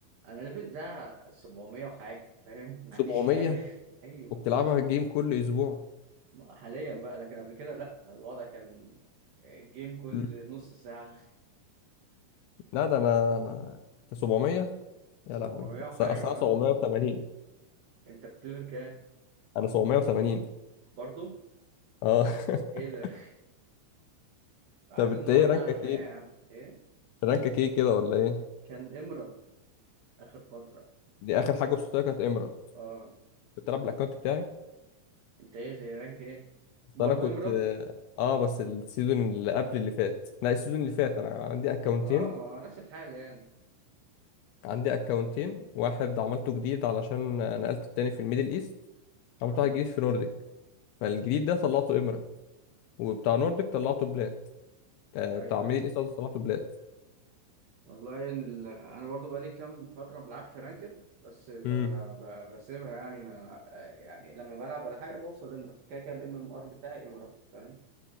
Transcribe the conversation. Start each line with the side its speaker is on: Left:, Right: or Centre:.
Right: انا ليفل بتاع 700 وحاجه فاهم ما
Left: 700
Right: عنديش حياه <laughs> ايوه
Left: وبتلعبها الجيم كل أسبوع
Right: حاليا بقى لكن قبل كده لا الوضع كان جيم كل
Left: مم.
Right: نص ساعه
Left: لا ده أنا أنا أنت 700
Right: 700
Left: يا لهوي
Right: وحاجه
Left: أصل أصل أنا 780
Right: اه انت كنت ليفل كام
Left: أنا 780
Right: برضه
Left: أه
Right: ايه ده
Left: <laughs>
Right: عايزين
Left: طب أنت
Right: ندور
Left: إيه رانكك
Right: على حياة
Left: إيه؟
Right: يا عم ايه
Left: رانكك إيه كده ولا إيه؟
Right: كان ايمرالد اخر فترة
Left: دي آخر حاجة وصلت لها كانت إيمرالد
Right: اه
Left: بتلعب بالأكونت بتاعي
Right: انت ايه زي رانك ايه
Left: أصل
Right: برضه
Left: أنا كنت
Right: ايمرالد
Left: آه آه، بس السيزون اللي قبل اللي فات لا السيزون اللي فات أنا عندي أكونتين
Right: اه ما نفس الحال يعني
Left: عندي اكونتين واحد عملته جديد علشان نقلت التاني في الميدل ايست عملت
Right: اه
Left: واحد جديد في نورديك فالجديد ده طلعته ايميرالد وبتاع نورديك طلعته بلات آه
Right: ايوه
Left: بتاع ميدل
Right: ايوه
Left: ايست قصدي طلعته بلات
Right: والله إن ال... انا برضو بقالي كام فتره ما بلعبش رانكد بس ب...
Left: امم
Right: ب... بسيبها يعني ما يعني لما بلعب ولا حاجه بوصل لمرض كده كده الام ام ار بتاعي امرض فاهم